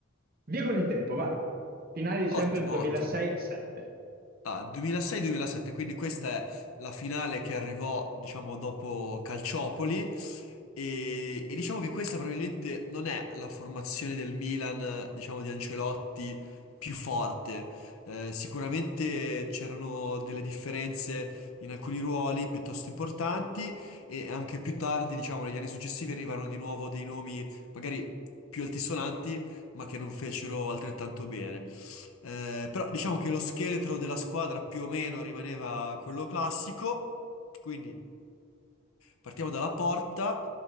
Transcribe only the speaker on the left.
Ottimo,
ottimo. Ah, 2006-2007, quindi questa è la finale che arrivò, diciamo, dopo Calciopoli e, e diciamo che questa probabilmente non è la formazione del Milan, diciamo, di Ancelotti più forte. Eh, sicuramente c'erano delle differenze in alcuni ruoli piuttosto importanti e anche più tardi, diciamo, negli anni successivi arrivarono di nuovo dei nomi magari più altisonanti, ma che non fecero altrettanto bene. Eh, però diciamo che lo scheletro della squadra più o meno rimaneva quello classico. Quindi partiamo dalla porta.